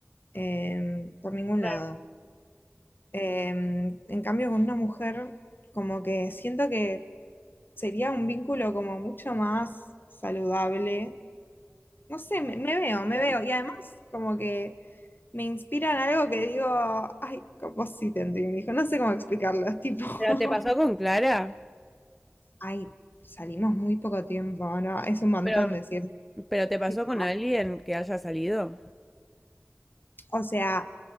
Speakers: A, on the left (about 45°); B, in the centre.
A: em, por ningún
B: re,
A: lado. Em, en cambio, con una mujer, como que siento que sería un vínculo como mucho más saludable. No sé, me, me veo, me
B: re.
A: veo. Y además, como que me inspiran algo que digo, ay, como sí tendría un hijo. No sé cómo explicarlo. es tipo, <laughs>
B: ¿Pero te pasó con Clara?
A: ay, salimos muy poco tiempo, ¿no? Es un montón
B: ¿Pero,
A: decir,
B: pero te pasó
A: tipo,
B: con alguien que haya salido?
A: o sea,